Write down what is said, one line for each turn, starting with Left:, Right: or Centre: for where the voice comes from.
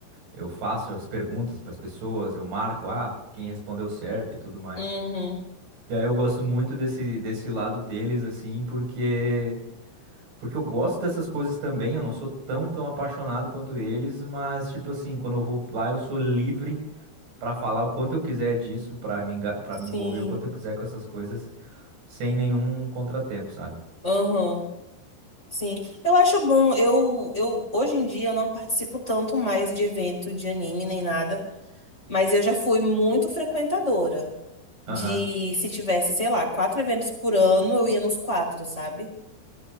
Right: eu faço as perguntas para as pessoas, eu marco, ah, quem respondeu certo e tudo mais.
Left: Uhum.
Right: E aí eu gosto muito desse desse lado deles assim, porque porque eu gosto dessas coisas também, eu não sou tão tão apaixonado quanto eles, mas tipo assim, quando eu vou lá eu sou livre para falar o quanto eu quiser disso, para me para
Left: Sim.
Right: me envolver o quanto eu quiser com essas coisas, sem nenhum contratempo, sabe?
Left: Uhum. Sim. Eu acho bom. Eu, eu hoje em dia eu não participo tanto mais de evento de anime nem nada, mas eu já fui muito frequentadora. De
Right: Aham.
Left: se tivesse, sei lá, quatro eventos por ano, eu ia nos quatro, sabe?